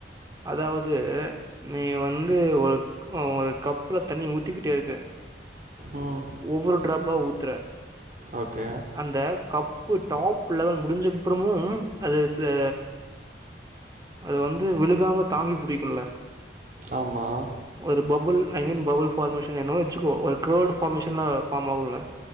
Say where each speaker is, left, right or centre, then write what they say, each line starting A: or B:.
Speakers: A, on the right; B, on the right.
A: அதாவது நீ வந்து ஒரு ஒரு கப்புல தண்ணி ஊத்திக்கிட்டே இருக்க
B: ம்
A: ஒவ்வொரு ட்ராப்பா ஊத்துற
B: ஓகே
A: அந்த கப்பு டாப் லெவல் முடிஞ்சக்கு அப்புறமும் அது அது அது வந்து விழுகாம தாங்கி பிடிக்குல்ல
B: ஆமாம்
A: ஒரு bubble I mean bubble formation என்ன வச்சுக்கோ ஒரு கர்ட் ஃபார்மேஷன ஃபார்ம் ஆகுல